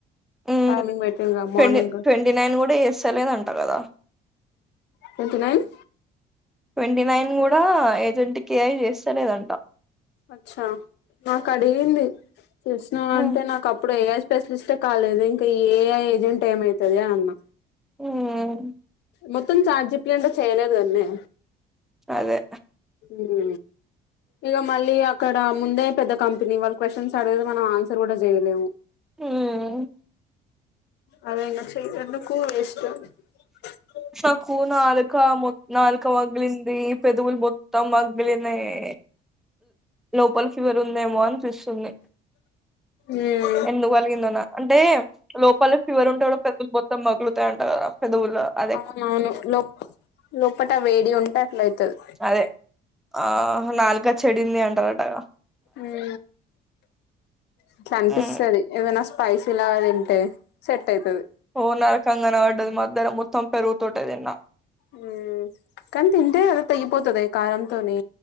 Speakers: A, in the centre; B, on the left.
A: హ్మ్
B: టైమింగ్ పెట్టిందిగా
A: ట్వంటీ
B: మార్నింగ్
A: ట్వంటీ నైన్ కూడా ఎస్తలేదంట కదా
B: ట్వంటీ నైన్
A: ట్వంటీ నైన్ కూడా ఏజెంట్ కి ఏఐ చేస్తలేదంట
B: అచ్చా నాకు అడిగింది చేసినవ
A: ఉమ్,
B: అంటే నాకు అప్పుడు వే స్పెషలిస్ట్ కాలేదు ఇంకా ఏఐ ఏజెంట్ ఏమైతుది అన్న
A: హ్మ్
B: మొత్తం చాట్ జిపిటి అంటే చేయలేది అన్నీ
A: అదే
B: ఇదీ ఇక మళ్ళీ అక్కడ ముందే పెద్ద కంపెనీ వాళ్ళు క్వశ్చన్స్ అడిగితే మనం ఆన్సర్ కూడా చేయలేము
A: హమ్
B: అదేనా చేతంట కూడ ఇష్టం <unintelligible>
A: నాకు నాలుక మో నాలుక పగీలింది పెదవులు మొత్తం పగిలినయి లోపల్ ఫీవర్ ఉందేమో అని పిస్తుంది
B: ఉం
A: <unintelligible> ఎందుకు కలిగిందన అంటే లోపాలకి ఫీవర్ ఉంటే కూడా పెదవులు మొత్తం మగులుతాయంటా పెదవులు అద
B: అవును లో లోపట వేడి ఉంటే అట్ల అయితది
A: అదే ఆ నాలుక చెడింది అంటరటగా
B: ఉం ఇట్లా అనిపిస్తుది
A: ఉమ్
B: ఏదైనా స్పైసీ లాగా తింటే సెట్ అయితది
A: ఓ నరకం కనపడ్డది మధ్యన మొత్తం పెరుగు తోటేదిన్నా
B: ఉం కానీ తింటే అది తగిపోతది కారంతోనే